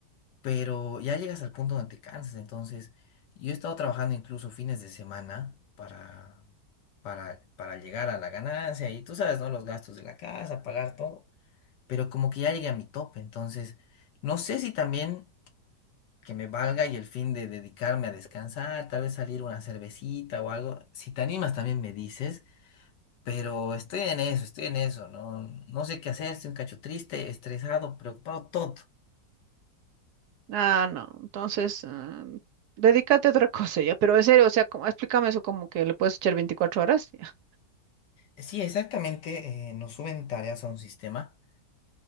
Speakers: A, on the left (about 80°); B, on the right (about 70°).
A: pero ya llegas al punto donde te cansas. Entonces, yo he estado trabajando incluso fines de semana para, para, para llegar a la ganancia y tú sabes, ¿no? Los gastos de la casa, pagar todo, pero como que ya llegué a mi tope. Entonces, no sé si también que me valga y el fin de dedicarme a descansar, tal vez salir una cervecita o algo. Si te animas, también me dices. Pero estoy en eso, estoy en eso, no, no sé qué hacer, estoy un cacho triste, estresado, preocupado, todo.
B: Ah, no. Entonces, ah, dedícate a otra <laughs> cosa ya. Pero en serio, o sea, como- explícame eso como que le puedes echar veinticuatro horas. Ya.
A: Sí, exactamente, eh, nos suben tareas a un sistema